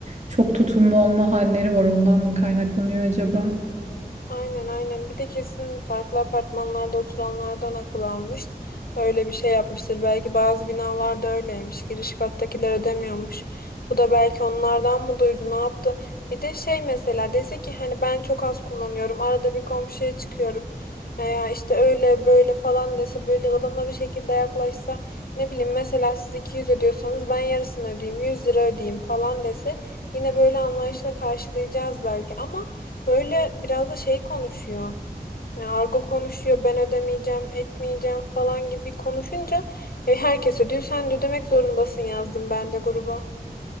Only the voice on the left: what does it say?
Aynen aynen. Bir de kesin farklı apartmanlarda oturanlardan akıl almış. Öyle bir şey yapmıştır. Belki bazı binalarda öyleymiş. Giriş kattakiler ödemiyormuş. Bu da belki onlardan mı duydu, ne yaptı? Bir de şey mesela dese ki hani ben çok az kullanıyorum. Arada bir komşuya çıkıyorum. Veya işte öyle böyle falan dese böyle ılımlı bir şekilde yaklaşsa ne bileyim mesela siz 200 ödüyorsanız ben yarısını ödeyeyim 100 lira ödeyeyim falan dese yine böyle anlayışla karşılayacağız belki ama Böyle biraz da şey konuşuyor. Yani argo konuşuyor, ben ödemeyeceğim, etmeyeceğim falan gibi konuşunca e, herkese diyor sen de ödemek zorundasın yazdım ben de gruba.